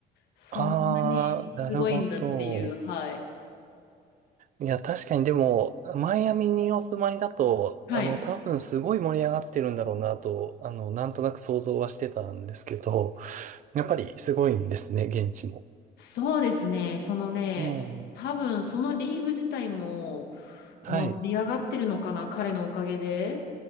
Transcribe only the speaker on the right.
ああ、なるほど。
いや、確かにでも、マイアミにお住まいだと、
あの、多分すごい盛り上がってるんだろうなと、あの、なんとなく想像はしてたんですけど、やっぱりすごいんですね、現地も。
ええ、
はい。